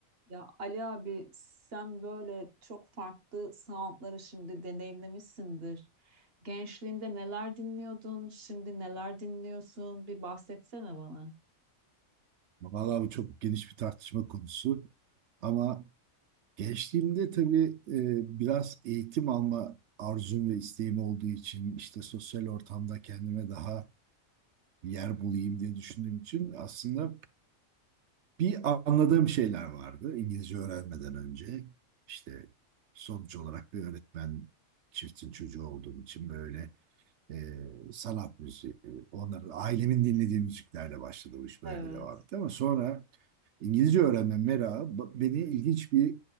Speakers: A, on the right (about 45°); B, on the right (about 65°).
A: Ya Ali abi sen böyle çok farklı soundları şimdi deneyimlemişsindir. Gençliğinde neler dinliyordun, şimdi neler dinliyorsun? Bir bahsetsene bana.
B: Vallahi bu çok geniş bir tartışma konusu. Ama gençliğimde tabii e, biraz eğitim alma arzum ve isteğim olduğu için işte sosyal ortamda kendime daha yer bulayım diye düşündüğüm için aslında bir anladığım şeyler vardı İngilizce öğrenmeden önce. İşte sonuç olarak bir öğretmen çiftin çocuğu olduğum için böyle e, sanat müziği, onların ailemin dinlediği müziklerle başladı bu iş böyle
A: Evet.
B: devam etti. Ama sonra İngilizce öğrenme merakı ba- beni ilginç bir